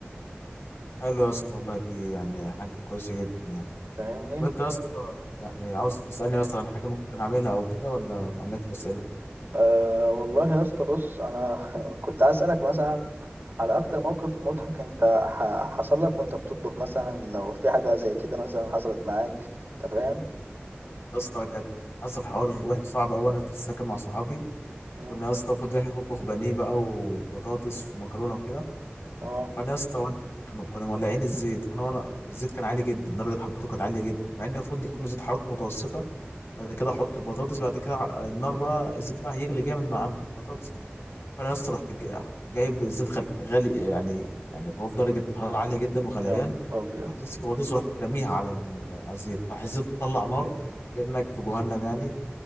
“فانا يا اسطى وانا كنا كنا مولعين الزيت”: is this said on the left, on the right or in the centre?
Left